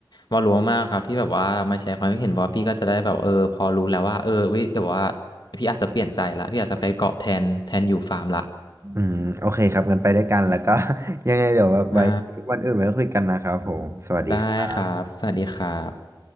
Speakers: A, on the left; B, on the right.
A: วาลลมมากครับที่แบบว่ามาแชร์ความคิดเห็นเพราะว่าพี่ก็จะได้แบบเออพอรู้แล้วว่าเออเว้ยแต่ว่าพี่อาจจะเปลี่ยนใจละพี่อาจจะไปเกาะแทนแทนอยู่ฟาร์มละ
B: อืมโอเคครับกันไปด้วยกันแล้วก็ <laughs> ยังไงเดี๋ยวแบบไว้วันอื่นไว้คุยกันนะครับผมสวัสดีครับ
A: ได้ได้ครับสวัสดีครับ